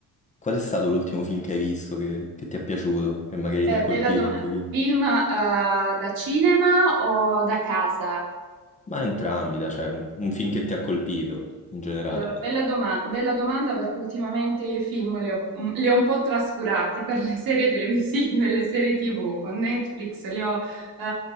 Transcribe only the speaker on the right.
eh,
bella domanda,
film eh, da cinema o da casa?
Allora, bella, doma- bella domanda perché ultimamente io i film li ho, mm, li ho un po' trascurati per le serie televisive, <laughs> le serie TV con Netflix, li ho, eh,